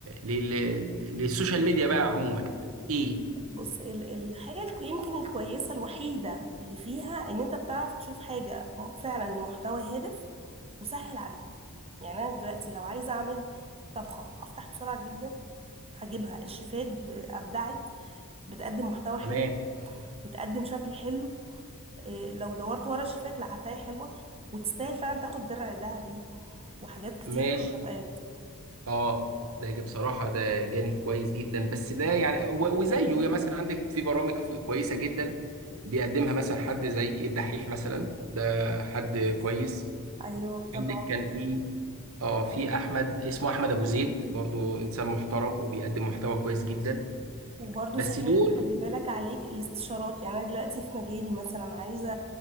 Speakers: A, on the right; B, on the right.
A: لل... للسوشيال ميديا بقى عموما ايه
B: بص ال- الحاجة الك- يمكن الكويسة الوحيدة اللي فيها ان انت بتعرف تشوف حاجة فعلا محتوى هادف وسهل عليك يعني انا دلوقتي لو عايزة اعمل طبخة هفتح بسرعة جدا هجيبها الشيفات ب- ابدعت بتقدم محتوى حلو
A: تمام
B: بتقدم شكل حلو إيه، لو دورت ورا الشيفات لا هتلاقي حلوة وتستاهل فعلا تاخد درع ذهبي وحاجات كتير
A: ماشي
B: مكافآت
A: اه ده جا- بصراحة ده جانب كويس جدا بس ده يعني و- وزيه يعني مثلا عندك في برامج ف- كويسة جدا بيقدمها مثلا حد زي الدحيح مثلا ده حد كويس
B: ايوه طبعا
A: عندك كان في اه في احمد اسمه احمد ابو زيد برضو انسان محترم وبيقدم محتوى كويس جدا
B: وبرضه
A: بس
B: سهلت
A: دول
B: خلي بالك عليك الاستشارات يعني انا دلوقتي في مجالي مثلا عايزه